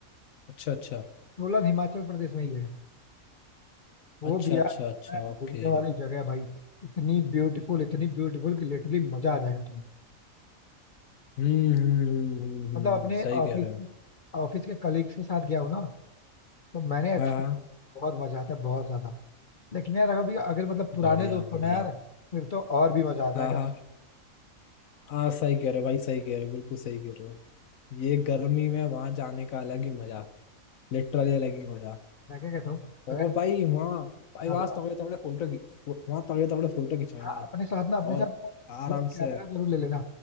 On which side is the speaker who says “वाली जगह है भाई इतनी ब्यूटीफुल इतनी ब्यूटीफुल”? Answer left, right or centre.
Left